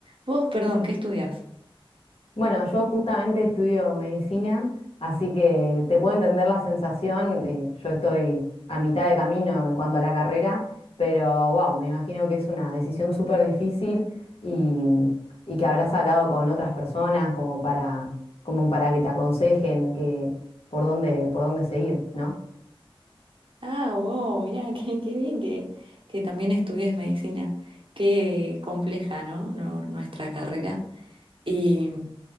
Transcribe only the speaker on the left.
Bueno, yo justamente estudio medicina, así que te puedo entender la sensación. eh, yo estoy a mitad de camino en cuanto a la carrera, pero wow, me imagino que es una decisión súper difícil y, y que habrás hablado con otras personas como para, como para que te aconsejen que, por dónde, por dónde seguir, ¿no?